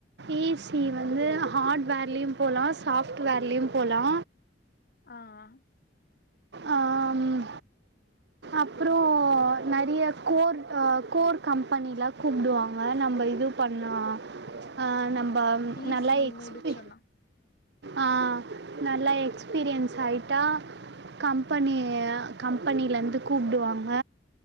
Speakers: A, on the right; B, on the left.
A: இ சி இ வந்து ஹாட் வேர்லியும் போலா சாஃப்ட் வேர்லியும் போலா.
B: ஆ ஆஹ.
A: ஆ ம். அப்புறோ நெறிய கோர் ஆ கோர் கம்பெனிலா கூப்டுவாங்க நம்ப இது பண்ணா. ஆ நம்ப ம்
B: ஈ
A: நல்லா
B: சி இ
A: எக்ஸ்பி
B: முடிச்சோனா
A: ஆ நல்லா எக்ஸ்பீரியன்ஸ் ஆயிட்டா. கம்பெனி, கம்பெனிலருந்து கூப்டுவாங்க.